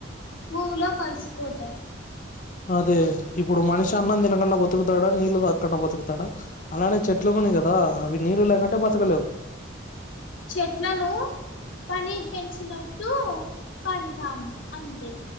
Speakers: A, on the left; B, on the left.
A: భూమిలో కలిసిపోతాయ్
B: అదే ఇప్పుడు మనిషి అన్నం తినకుండా బతుకుతాడా నీళ్ళు దాక్కండా బతుకుతాడా అలానే చెట్లు గూడా గదా అవి నీళ్ళు లేకుంటే బతకలేవు
A: చెట్లను కనీ పెంచినట్టు కంటాము అంతే